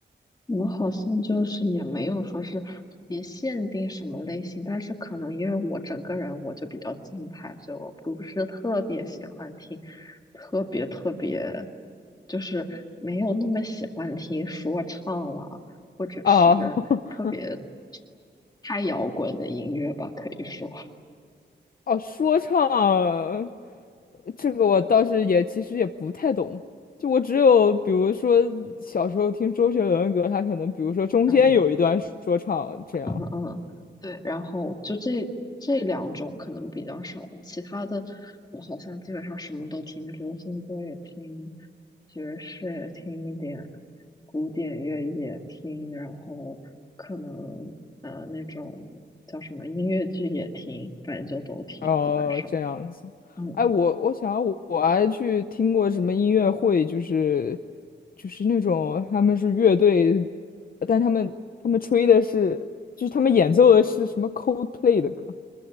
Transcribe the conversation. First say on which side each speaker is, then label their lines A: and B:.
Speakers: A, on the left; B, on the left.
A: 我们好像就是也没有说是特别限定什么类型，但是可能因为我整个人我就比较静态，所以我不是特别喜欢听，特别特别就是没有那么喜欢听说唱了，或者是特别
B: 啊，<laughs>
A: 太摇滚的音乐吧，可以说。
B: 哦，说唱这个我倒是也其实也不太懂，就我只有比如说小时候听周杰伦的歌，他可能比如说中间有一段说唱这样。
A: 嗯。嗯，对，然后就这这两种可能比较少，其他的我好像基本上什么都听，就流行歌也听，爵士也听一点，古典乐也听，然后可能呃那种叫什么音乐剧也听，反正就都听，
B: 哦，
A: 基本上。
B: 这样子。
A: 嗯
B: 哎，我我想我我还去听过什么音乐会，就是就是那种他们是乐队，但他们他们吹的是就是他们演奏的是什么 Coldplay 的歌，